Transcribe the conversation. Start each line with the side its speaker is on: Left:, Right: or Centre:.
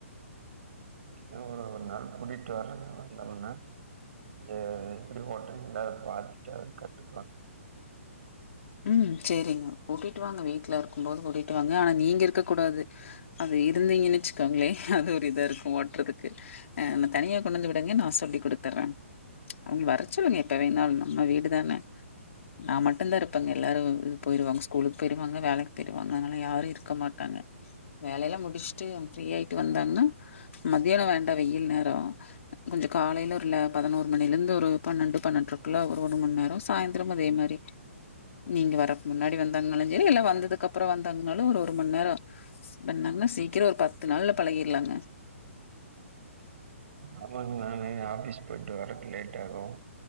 Right: இங்க ஒரு ஒரு நாள் கூட்டிட்டு வரங்க வந்தோம்னா எப்டி ஓட்டுறீங்கள பார்த்துட்டு அது கத்துக்கலாம்
Left: ம் சேரிங்க கூட்டிட்டு வாங்க வீட்ல இருக்கும் போது கூட்டிட்டு வாங்க ஆனா நீங்க இருக்க கூடாது அங்க இருந்தீங்கன்னு வச்சுக்கோங்களே அது ஒரு இதா இருக்கும் ஓட்டுறதுக்கு ஆ தனியா கொண்டுந்து விடுங்க நான் சொல்லி் கொடுத்துறேன் அவுங்க வரச்சொல்லுங்க எப்ப வேணாலும் நம்ம வீடுதானே நான் மட்டும்தான் இருப் பாங்க எல்லாரும் ம் போய்ருவாங்க ஸ்கூலுக்கு போய்டுவாங்க வேலைக்கு போய்டுவாங்க அதனால யாரும் இருக்க மாட்டாங்க வேலல்லாம் முடுச்சுட்டு அவுங்க ஃப்ரீயா ஆய்ட்டு வந்தாங்கன்னா மதியானம் வேண்டாம் வெயில் நேரோ கொஞ்சோ காலையில ஒருல பதினோரு மணில இருந்து ஒரு பன்னண்டு பன்னெண்றைக்குள்ள ஒரு ஒருமண் நேரோ சாய்ந்தரம் அதே மாரி நீங்க வரக்கு முன்னாடி வந்தாங்கனாலும் சேரி இல்ல வந்ததுக்கு அப்றோம் வந்தாங்கன்னாலும் ஒரு ஒருமண் நேரம் பண்ணாங்கன்னா சீக்கிரோ ஒரு பத்து நாள்ல பழகிறலாங்க
Right: ஆமாங்க நான் ஆபிஸ் போய்ட்டு வறக்கு லேட் ஆகும்